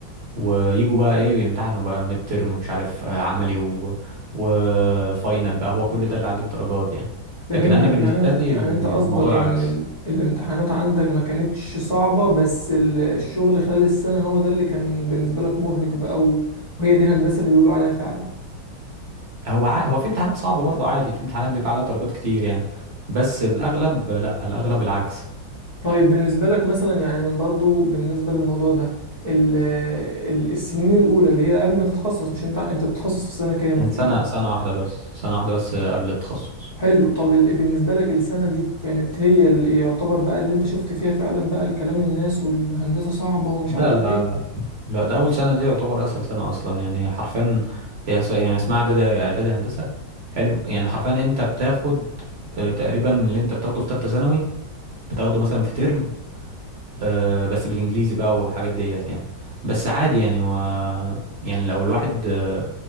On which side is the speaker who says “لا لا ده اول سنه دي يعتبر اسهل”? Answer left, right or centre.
Right